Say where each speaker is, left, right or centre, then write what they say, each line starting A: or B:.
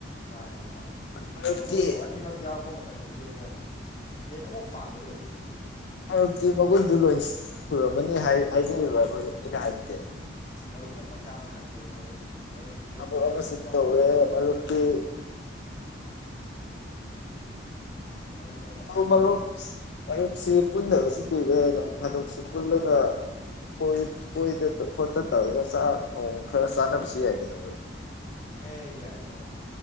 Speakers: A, on the left; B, on the left.
A: ꯃꯥꯅꯤ ꯃꯥꯅꯦ
B: ꯃꯔꯨꯞꯇꯤ
A: ꯃꯒꯨꯟꯗꯨ ꯑꯅꯤꯃꯛ ꯌꯥꯎꯔꯛꯄ ꯃꯇꯝꯗꯗꯤ ꯑꯃꯨꯛ ꯍꯦꯟꯅ ꯑꯃꯨꯛ ꯄꯥꯝꯒꯗꯧꯔꯤꯕꯅꯤꯅ ꯃꯔꯨ
B: ꯍꯧꯖꯤꯛꯇꯤ ꯃꯒꯨꯟꯗꯨ ꯂꯣꯏ ꯁꯨꯔꯝꯃꯅꯤ ꯍꯥꯏꯖꯔꯤꯕꯅꯤꯅ ꯍꯥꯏꯕꯗꯤꯦ
A: ꯃꯔꯨꯞꯅ ꯄꯪꯇꯥ ꯊꯥꯒꯠꯄꯤ ꯃꯔꯨꯞ ꯃꯔꯨꯞ ꯑꯩꯗꯤ
B: ꯊꯕꯛ
A: ꯀꯔꯤꯝ
B: ꯑꯃꯁꯨ
A: ꯌꯥꯎꯖꯕ
B: ꯇꯧꯔꯦ
A: ꯅꯠꯇꯦꯗ
B: ꯃꯔꯨꯞꯇꯤ
A: ꯃꯔꯨꯞ ꯃꯔꯨꯞꯅ ꯄꯪꯊꯥ
B: ꯑꯗꯨ
A: ꯊꯥꯒꯠꯄꯤꯔꯦ
B: ꯃꯔꯔꯨꯞ ꯃꯔꯔꯨꯞ ꯁꯤ ꯄꯨꯟꯟꯅꯕꯁꯨ ꯀꯨꯏꯔꯦ ꯑꯗꯨꯝ ꯊꯥꯗꯣꯛꯁꯨ ꯄꯨꯜꯂꯒ ꯀꯣꯏ ꯈꯣꯠꯇ ꯇꯧꯔꯒ ꯆꯥꯛ ꯅꯣꯡ ꯈꯔ ꯆꯥꯅꯕꯁꯨ ꯌꯥꯏꯗꯅꯣ
A: ꯑꯦ ꯌꯥꯏ ꯌꯥꯏ